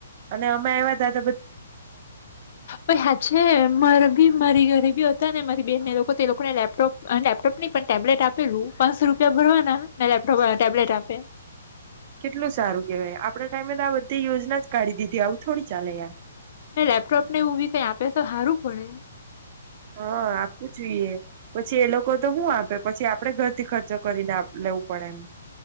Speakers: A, on the right (about 40°); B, on the left (about 55°).
A: અને અમે આવ્યા ત
B: પછ હયા છે મારે બી મારી ઘરે બી મારી બેન લોકો લોકોને લેપટોપ લેપટોપ ન પણ ટેબ્લેટ આપેલું પાંચસો રૂપિયા ભરવાના લેપટોપ ટેબલેટ આપે
A: કેટલું સારું કેહેવાય આપણે ટાઈમે તો આ બધી યોજના જ કાઢી દીધી આવું થોડી ચાલે યાર
B: ને લેપટોપ ને એ બી કઈ આપે તો સારું પડે
A: હા આપવું જોઈએ પછી એ લોકો તો શું આપે પછી આપડે ઘરથી ખર્ચો કરીને લેવું પડે એમ